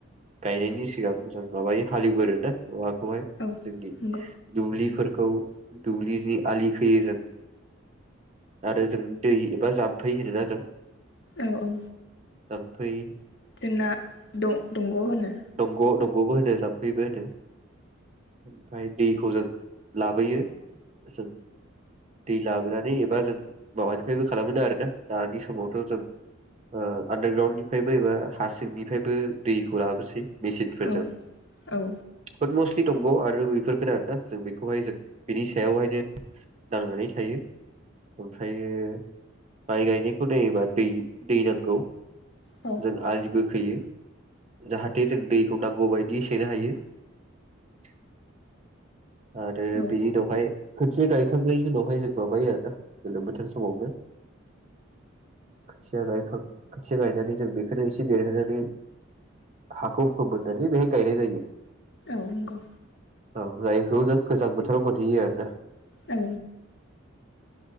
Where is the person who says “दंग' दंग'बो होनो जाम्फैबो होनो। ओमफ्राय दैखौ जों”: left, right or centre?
Right